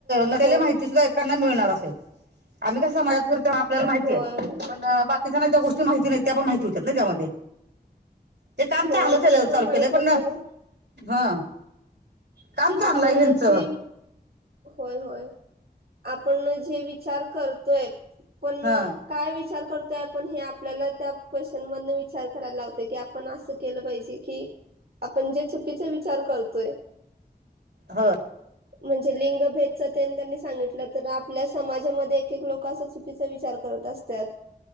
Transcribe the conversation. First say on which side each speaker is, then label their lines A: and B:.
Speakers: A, on the right; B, on the right.
A: नसलेली
B: होय
A: माहिती सुद्धा एकेकाना मिळणार आम्ही कसं समाजात फिरतो ना आपल्याला माहिती
B: होय
A: आहे पण बाकीच्यांना ज्या गोष्टी माहिती नाहीत त्यापण माहि ती हुत्यात ना त्यामध्ये ते काम
B: होय
A: चांगलं
B: ते
A: चालू
B: माहित
A: केलं पण
B: होतय
A: हा काम चांगलं
B: आपण
A: आहे ह्यांचं
B: जे होय होय आपण जे विचार करतोय पण
A: हा
B: काय विचार करतोय आपण हे आपल्याला त्या क्वेशन मधंन विचार करायला लावतय, की आपण असं केलं पाहिजे की आपण जे चुकीचा विचार करतोय
A: हो.
B: म्हणजे लिंगभेदच तेन त्यांनी सांगित ल तर आपल्या समाजामध्ये एक एक लोक असा चुकीचा विचार करत असत्यात.